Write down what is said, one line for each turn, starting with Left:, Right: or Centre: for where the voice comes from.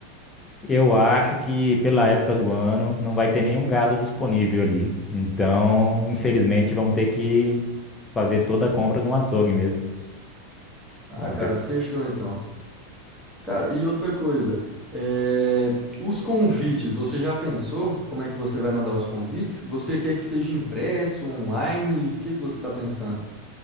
Left: Eu acho que pela época do ano não vai ter nenhum gado disponível ali. Então, infelizmente, vamos ter que fazer toda a compra no açougue mesmo.
Centre: Ah,
Left: Não
Centre: cara,
Left: foi-
Centre: fechou então. Cara, e outra coisa, é, os convites, você já pensou como é que você vai mandar os convites? Você quer que seja impresso, online? O que que você está pensando?